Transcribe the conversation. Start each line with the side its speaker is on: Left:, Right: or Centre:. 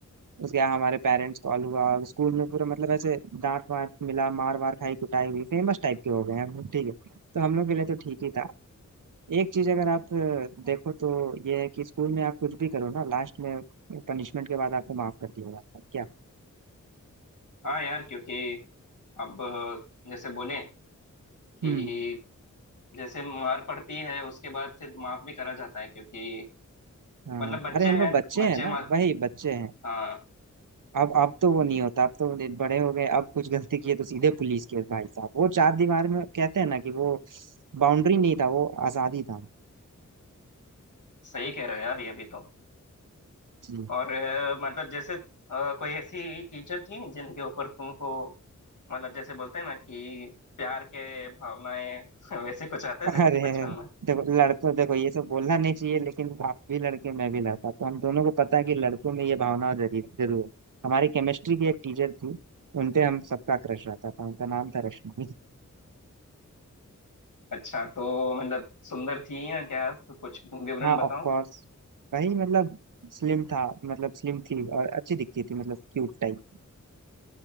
Right: उसके बाद हमारे पेरेंट्स कॉल हुआ और स्कूल में पूरा मतलब ऐसे डांट वाट मिला मार वार खाई कुटाई हुई फेमस टाइप के हो गए हम लोग, ठीक है तो हम लोग के लिए तो ठीक ही था एक चीज अगर आप अ, देखो तो ये है कि स्कूल में आप कुछ भी करो ना लास्ट में पनिशमेंट के बाद आपको माफ कर दिया जाता है क्या
Left: हाँ यार क्योंकि अब जैसे बोले कि
Right: हम्म
Left: जैसे मार पड़ती है उसके बाद फिर माफ भी करा जाता है क्योंकि
Right: हाँ
Left: मतलब बच्चे
Right: अरे हम
Left: हैं
Right: लोग बच्चे
Left: बच्चे
Right: हैं ना
Left: मार
Right: वही बच्चे हैं
Left: हाँ
Right: अब अब तो वो नहीं होता अब तो ले- बड़े हो गए अब कुछ गलती किए तो सीधे पुलिस केस भाई साहब वो चार दीवार में कहते हैं ना कि वो बाउंड्री नहीं था वो आजादी था
Left: सही कह रहे हो यार ये भी तो
Right: जी
Left: और अ, मतलब जैसे अ, कोई ऐसी टीचर थी जिनके ऊपर तुमको मतलब जैसे बोलते हैं ना कि प्यार के भावनाएं <laughs> वैसे कुछ आते थे
Right: अरे
Left: बचपन में
Right: देखो लड़कों देखो ये सब बोलना नहीं चाहिए लेकिन आप भी लड़के मैं भी लड़का तो हम दोनों को पता है कि लड़कों में ये भावना जरूर जरूर है। हमारी केमिस्ट्री की एक टीचर थी उनपे हम सबका क्रश रहता था उनका नाम था रश्मि
Left: अच्छा तो मतलब सुंदर थी या क्या तो कुछ विवरण
Right: हाँ
Left: बताओ
Right: ऑफ कोर्स वही मतलब स्लिम था मतलब स्लिम थी और अच्छी दिखती थी मतलब क्यूट टाइप